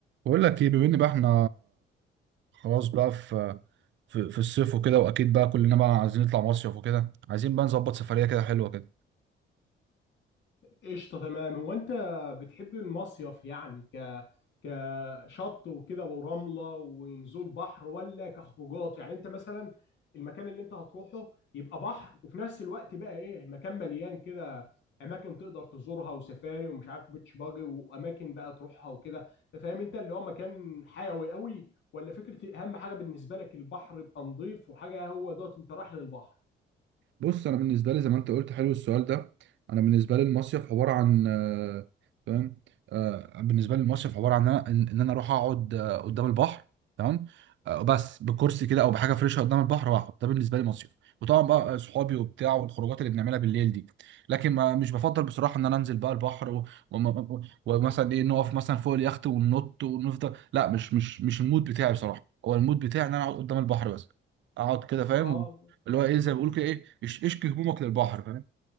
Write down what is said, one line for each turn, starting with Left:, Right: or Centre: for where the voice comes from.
Right: بقول لك ايه بما ان بقى احنا خلاص بقى في في, في الصيف وكده واكيد بقى كلنا بقى عايزين نطلع مصيف وكده عايزين بقى نظبط سفريه كده حلوه كده
Left: قشطة تمام هو أنت بتحب المصيف يعني ك كشط وكده ورملة ونزول بحر ولا كخروجات يعني أنت مثلا المكان اللي أنت هتروحه يبقى بحر وفي نفس الوقت بقى إيه مكان مليان كده أماكن تقدر تزورها وسفاري ومش عارف بيتش باجي وأماكن بقى تروحها وكده فاهم أنت اللي هو مكان حيوي قوي ولا فكرة أهم حاجة بالنسبة لك البحر يبقى نظيف وحاجة هو دوت أنت رايح للبحر
Right: بص انا بالنسبه لي زي ما انت قلت حلو السؤال ده انا بالنسبه لي المصيف عباره عن آه، فاهم آه، بالنسبه لي المصيف عباره عن ان انا إن أنا اروح اقعد آه، قدام البحر تمام آه، بس بكرسي كده او بحاجه فريشه قدام البحر واقعد ده بالنسبه لي مصيف وطبعا بقى صحابي وبتاع والخروجات اللي بنعملها بالليل دي لكن ما مش بفضل بصراحه ان انا انزل بقى البحر و- وم- ومثلا ايه نقف مثلا فوق اليخت وننط ونفضل لا مش مش مش المود بتاعي بصراحه هو المود بتاعي ان انا اقعد قدام البحر بس اقعد كده فاهم
Left: أه
Right: اللي هو ايه زي ما بيقولوا كده ايه اش- اشكي همومك للبحر فاهم